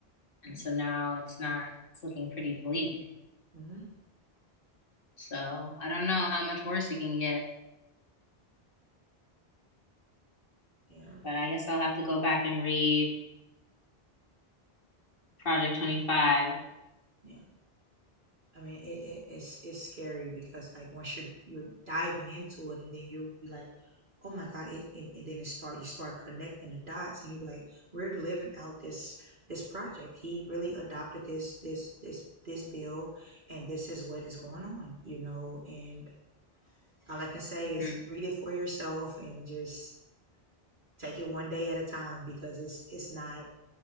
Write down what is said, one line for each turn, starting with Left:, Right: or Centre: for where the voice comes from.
Left: And
Right: Yeah.
Left: so now it's not, it's looking pretty bleak.
Right: Yeah. hmm
Left: So I don't know how much worse it can get,
Right: Yeah.
Left: but I guess I'll have to go back and read Project 25.
Right: Yeah. I mean, it, it, it's it's scary because like once you're you're diving into it, and then you'll be like, oh my God, it and, and then it start you start connecting the dots, and you be like, we're living out this this project. He really adopted this this this this bill, and this is what is going on, you know. And all I can say
Left: hmm
Right: is read it for yourself and just take it one day at a time because it's it's not